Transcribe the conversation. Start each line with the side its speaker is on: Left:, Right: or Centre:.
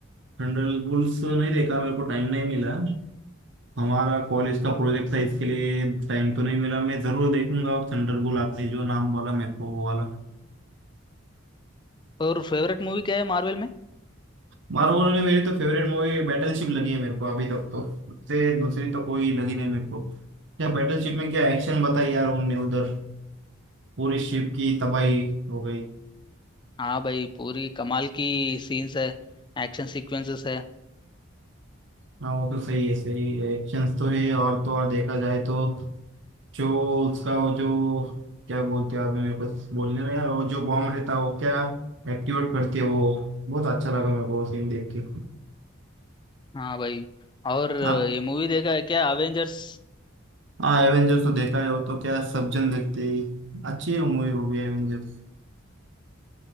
Right: थंडरबोल्ट्स तो नहीं देखा मेरे को टाइम नहीं मिला हमारा कॉलेज का प्रोजेक्ट था इसके लिए टाइम तो नहीं मिला मैं जरूर देखूंगा थंडरबोल्ट आपने जो नाम बोला मेरे को वो वाला
Left: और फेवरेट मूवी क्या है मार्वल में
Right: मार्वल में मेरी तो फेवरेट मूवी बैटलशिप लगी है मेरे को अभी तक तो उससे दूसरी तो कोई लगी नहीं मेरे को क्या बैटलशिप में क्या एक्शन बताई यार उनने उधर पूरी शिप की तबाही हो गई
Left: हाँ भाई पूरी कमाल की सीन्स है एक्शन सीक्वेंसेस है
Right: ना वो तो सही है सही है एक्शन तो है और तो और देखा जाए तो जो उसका वो जो क्या बोलते हैं अभी मेरे पास बोलने में यार वो जो बॉम्ब रहता है वो क्या एक्टिवेट करती है वो बहुत अच्छा लगा मेरे को सीन देख के
Left: हाँ भाई और
Right: आप
Left: ये मूवी देखा है क्या अवेंजर्स
Right: हाँ एवेंजर्स तो देखा है वो तो क्या सब जन देखते ही अच्छी मूवी होगी एवेंजर्स